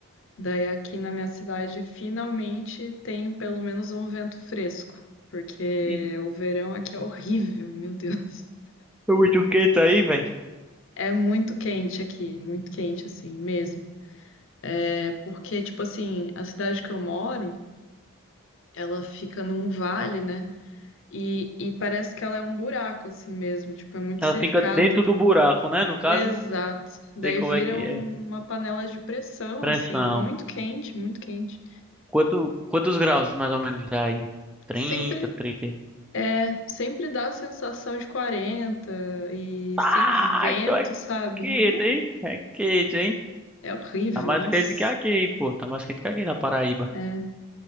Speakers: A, on the left (about 60°); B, in the centre.
A: daí aqui na minha cidade finalmente tem pelo menos um vento fresco, porque
B: E
A: o verão aqui é horrível, meu Deus.
B: o etiqueta aí, velho?
A: É muito quente aqui, muito quente assim mesmo. É porque, tipo assim, a cidade que eu moro, ela fica num vale, né? E, e parece que ela é um buraco assim mesmo, tipo, é muito
B: Ela
A: cercado.
B: fica dentro do buraco, né? No caso,
A: Exato. Daí
B: sei como
A: vira
B: é que
A: uma
B: é.
A: panela de pressão,
B: Pressão.
A: assim, muito quente, muito quente.
B: Quanto, quantos graus mais ou menos dá aí? 30,
A: Sempre
B: 30.
A: é, sempre dá a sensação de 40 e sem
B: Ah,
A: vento,
B: então é
A: sabe?
B: quente,
A: É, uma-
B: hein? É quente, hein?
A: é horrível,
B: Tá mais
A: nossa.
B: quente que aqui, pô. Tá mais quente que aqui na Paraíba.
A: É.